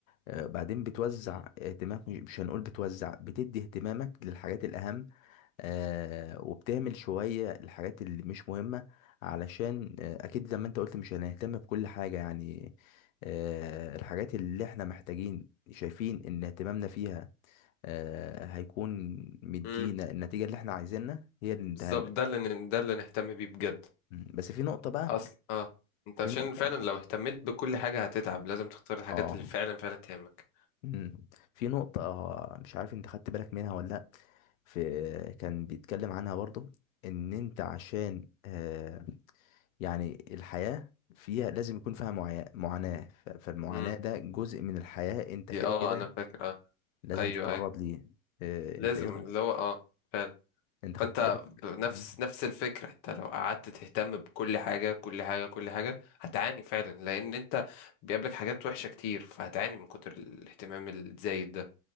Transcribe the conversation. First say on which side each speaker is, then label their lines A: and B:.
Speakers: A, on the left (about 70°); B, on the left (about 25°).
A: آه، بعدين بتوزع
B: مم.
A: اهتمامك مش مش هنقول بتوزع بتدي اهتمامك للحاجات الاهم آه، وبتهمل شوية الحاجات اللي مش مهمة علشان آه، اكيد زي ما انت قلت مش هنهتم بكل حاجة يعني آه، الحاجات اللي احنا محتاجين شايفين ان اهتمامنا فيها آه، هيكون مدينا
B: مم.
A: النتيجة اللي احنا عايزينها هي اللي نديها
B: بالظبط
A: لك.
B: ده اللي ن- ده اللي نهتم بيه بجد
A: مم. بس في نقطة بقى
B: اصل اه انت
A: في
B: عشان
A: نقطة
B: فعلا لو اهتميت بكل حاجه هتتعب لازم تختار الحاجات
A: اه
B: اللي فعلا فعلا تهمك
A: مم. في نقطة آه، مش عارف انت خدت بالك منها ولا لأ في كان بيتكلم عنها برضو ان انت عشان آه يعني الحياة فيها لازم يكون فيها معا- معاناة ف- فالمعاناة
B: مم.
A: ده جزء من الحياة انت
B: دي
A: كده
B: اه
A: كده
B: انا فاكر اه
A: لازم
B: ايوه
A: تتعرض
B: اي أيوة.
A: ليه آه
B: لازم
A: انت ايه رأيك
B: اللي هو اه فعلا
A: انت خدت
B: فانت
A: بالك
B: بنفس
A: مم.
B: نفس الفكره انت لو قعدت تهتم بكل حاجه كل حاجه كل حاجه هتعاني فعلا لان انت بيقابلك حاجات وحشه كتير فهتعاني من كتر الاهتمام الزايد ده